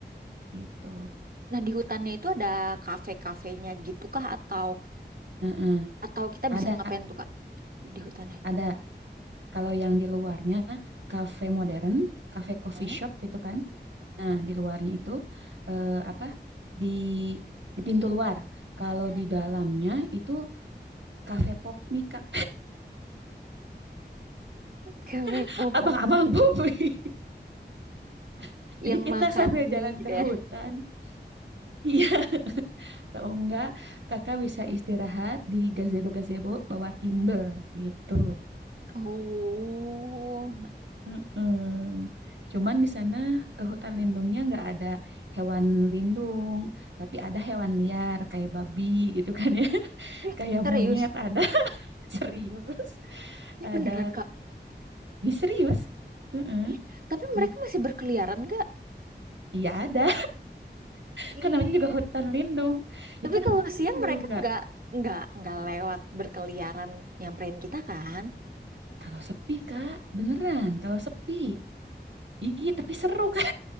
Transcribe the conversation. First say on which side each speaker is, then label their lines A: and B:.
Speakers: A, on the right; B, on the right.
A: gitu.
B: nah di hutannya itu ada kafe-kafenya gitu kah atau
A: Mm-mm,
B: atau kita
A: Ada
B: bisa ngapain tuh Kak di hutannya?
A: ada kalau yang di luarnya kafe modern, kafe coffee
B: Hmm?
A: shop gitu kan. Nah di luarnya itu eh, apa di di pintu luar. Kalau
B: Mm-mm.
A: di dalamnya itu kafe pop mie kak
B: Kafe
A: <laughs>
B: pop
A: abang-abang pop mie <laughs> jadi
B: yang
A: kita
B: makan
A: sambil jalan
B: mie gitu
A: ke hutan
B: ya.
A: <laughs> iya atau enggak kakak bisa istirahat di gazebo gazebo bawah timbel gitu
B: Oh,
A: Mm-mm. Cuman di sana eh, hutan lindungnya nggak ada hewan lindung, tapi ada hewan liar kayak babi gitu kan ya, <laughs>
B: eh,
A: kayak
B: serius?
A: monyet ada <laughs> serius,
B: Eh
A: ada
B: beneran Kak?
A: Ih, serius, Heeh,
B: Eh, tapi mereka
A: Gitu.
B: masih berkeliaran nggak?
A: Iya ada, <laughs> kan
B: Ih,
A: namanya juga hutan lindung.
B: tapi
A: Ya kan
B: kalau
A: hutan
B: siang
A: lindung
B: mereka
A: nggak
B: nggak nggak nggak lewat berkeliaran nyamperin kita kan?
A: Kalau sepi Kak, beneran. Kalau sepi. Iya, tapi seru Kak.